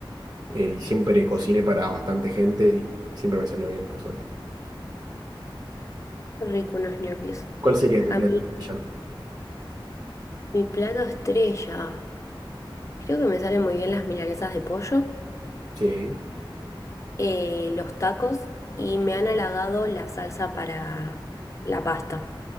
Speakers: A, on the right; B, on the left.
A: eh, y siempre cociné para bastante gente y siempre me salió bien, por suerte.
B: Qué rico unos ñoquis.
A: ¿Cuál sería tu
B: A
A: plato?
B: mí,
A: Ya.
B: mi plato estrella. Creo que me salen muy bien las milanesas de pollo,
A: Sí,
B: eh, los tacos y me han halagado la salsa para la pasta.